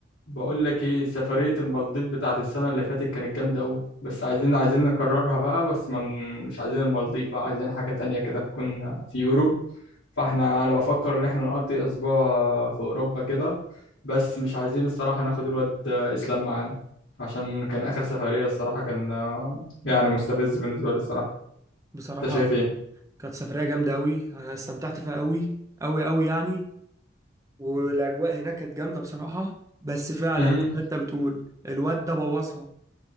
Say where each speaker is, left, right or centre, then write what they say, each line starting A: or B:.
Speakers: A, on the left; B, on the right.
A: بقول لك ايه سفرية المالديف بتاعت السنة اللي فاتت كانت جامدة أوي بس عايزين عايزين نكررها بقى بس من مش عايزين المالديف بقى عايزين حاجة تانية كده تكون في يوروب فاحنا انا بفكر ان احنا نقضي اسبوع في اوروبا كده بس مش عايزين الصراحة ناخد الواد اسلام معانا عشان كان اخر سفرية الصراحة كان يعني مستفز بالنسبة لي الصراحة
B: بصراحة
A: انت شايف
B: كانت سفرية جامدة أوي أنا استمتعت فيها أوي أوي أوي يعني والأجواء هناك كانت جامدة بصراحة بس فعلا
A: ايه؟
B: زي ما أنت بتقول الواد ده بوظها